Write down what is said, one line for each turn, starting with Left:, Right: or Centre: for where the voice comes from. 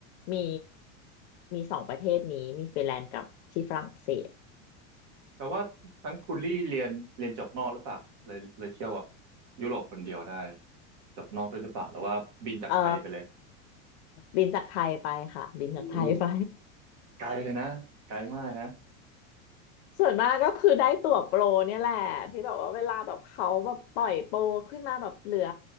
Left: มีมีสองประเทศนี้มีฟินแลนด์กับที่ฝรั่งเศส
Right: แต่ว่านั้นคุณลี่เรียนเรียนจบนอกหรือเปล่าเลยเลยเที่ยวแบบยุโรปคนเดียวได้จบนอกด้วยหรือเปล่าหรือว่าบินจากไทยไปเลย
Left: เอ่อบินจากไทยไปค่ะบินจากไทยไป
Right: โอ้โหไกลเลยนะไกลมากนะ
Left: ส่วนมากก็คือได้ตั๋วโปรเนี่ยแหละที่แบบว่าเวลาแบบเขาแบบปล่อยโปรขึ้นมาแบบเหลือ